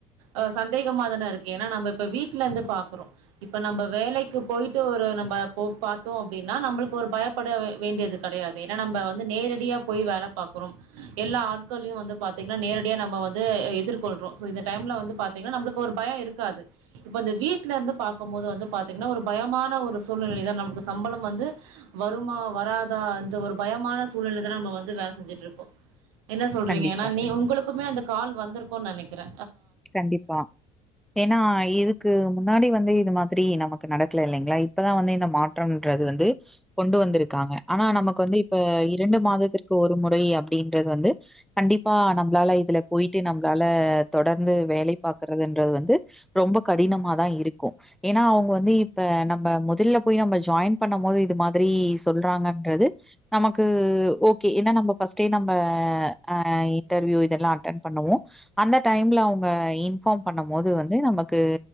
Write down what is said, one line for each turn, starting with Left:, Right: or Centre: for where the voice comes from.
Right: அ சந்தேகமா தானே இருக்கு ஏன்னா நம்ப இப்ப வீட்லந்து பாக்குறோ இப்ப நம்ப வேலைக்கு போயிட்டு ஒரு நம்ப போ பாத் த்தோ அப்டின்னா நம்புளுக்கு ஒரு பயப்பட வே வேண்டியது கடையாது ஏன்னா நம்ப வந்து நேரடியா போய் வேல பாக்குறோம் எல்லா ஆட்கள்ளயும் வந்து பாத்தீங்கன்னா நேரடியா நம்ம வந்து அ எதிர்கொள்றோ சோ இந்த டைம்ல வந்து பாத்தீங்கன்னா நம்புளுக்கு ஒரு பயோ இருக்காது இப்ப அந்த வீட்லருந்து பாக்கும்போது வந்து பாத்தீங்கன்னா ஒரு பயமான ஒரு சூழ்நிலை தா நம்ம ஸ் சம்பளம் வந்து வருமா வராதா இந்த ஒரு பயமான சூழ்நிலை தான நம்ம வந்து வேல செஞ்சுட்ருக்கோ என்ன சொல்றீங்க
Centre: கண்டிப்பா,
Right: ஏன்னா நீ உங்குளுக்குமே அந்த கால் வந்துருக்கோன் நனைக்கிறே
Centre: கண்டிப்பா ஏன்னா இதுக்கு முன்னாடி வந் ந்து இது மாதிரி நமக்கு நடக்க்ல இல்லைங்களா இப்பதா வந்து இந்த மாட் ட்றோன் ன்றது வந்து கொண்டு வந்துருக்காங்க ஆனா நமக்கு வந்து இப்ப இரண்டு மாதத்திற்கு ஒரு முறை அப்புடின்றது வந்து கண்டிப் ப்பா நம்புளால இதுல போயிட்டு நம்புளால தொடர் ந்து வேலை பாகறதுன்றது வந்து ரொம்ப கடினம தா இருக்கு ஏன்னா அவங்க வந்து இப்ப நம்ம முதல்ல போய் நம்ம ஜாயின் பண்ணும் போது இது மாதிரி சொல்றாங்கன்றது நமக்கு ஓகே ஏன்னா நம்ம பஸ்ட்டே நம்ம ஆஹ இன்டர்வியு இதல்லா அட்டன் பண்ணுவோ அந்த டைம்ல அவங் ங்க இன்ஃபார்ம் பண்ணும் போது வந்து நமக்கு